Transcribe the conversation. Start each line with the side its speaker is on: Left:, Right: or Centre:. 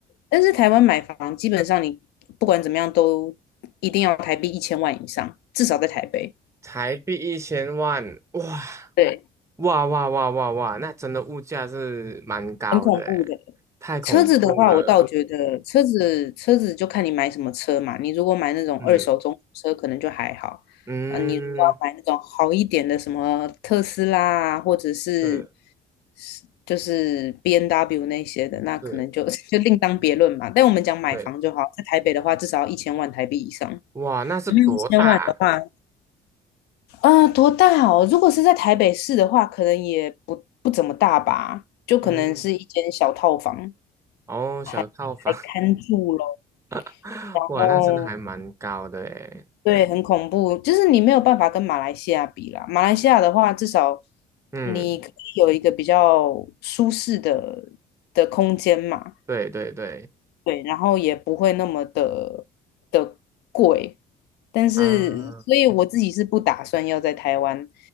Left: 但是台湾买房基本上你不管怎么样都一定要台币一千万以上，至少在台北，
Right: 台币一千万，哇，
Left: 对，
Right: 哇哇哇哇哇，那真的物价是蛮高的诶，
Left: 很恐怖的。
Right: 太恐怖了，
Left: 车子的话，我倒觉得车子车子就看你买什么车嘛。你如果买那种二手中古车，
Right: 嗯
Left: 可能就还好。
Right: 嗯，
Left: 啊，你如果要买那种好一点的，什么特斯拉啊，或者是
Right: 是
Left: 是就是 b N w 那些的，那可能就
Right: 是，
Left: <laughs> 就另当别论嘛。但我们讲买房就好，
Right: 对，
Left: 在台北的话，至少要一千万台币以上。
Right: 哇，那是多大啊
Left: 嗯，一千万的话，嗯、呃多大哦？如果是在台北市的话，可能也不不怎么大吧，就可能是一间小套房，
Right: 嗯，哦，
Left: 还还看住咯。
Right: 小套房，<laughs>
Left: 然后
Right: 哇，那真的还蛮高的诶，
Left: 对，很恐怖，就是你没有办法跟马来西亚比啦。马来西亚的话，至少
Right: 嗯，
Left: 你可以有一个比较舒适的的空间嘛。
Right: 对对对，
Left: 对，然后也不会那么的的贵，但是，
Right: 啊。
Left: 所以我自己是不打算要在台湾